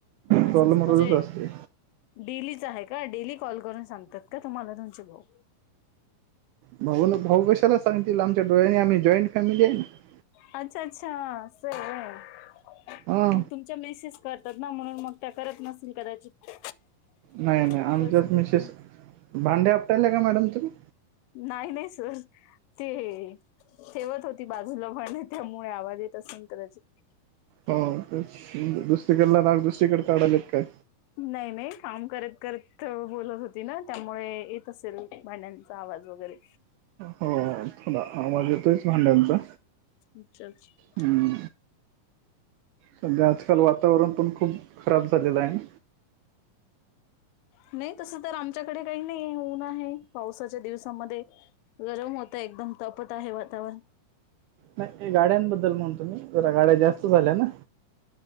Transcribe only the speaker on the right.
प्रॉब्लेम
रोजच असते
भावानं भाऊ कशाला सांगतील, आमच्या डोळ्यांनी आम्ही जॉईंट फॅमिली आहे. ना
हा
नाही नाही आमच्याच
मिसेस
भांडे अपटायले का मॅडम तुम्ही?
हो तेच दुसरीकडला राग दुसरीकडे काढाल्यात काय?
हो थोडा आवाज येतोयच भांड्यांचा.
हम्म.. सध्या आजकाल वातावरण पण खूप खराब झालेलं आहे ना.
नाही गाड्यांबद्दल म्हणतो मी. जरा गाड्या जास्त झाल्या ना?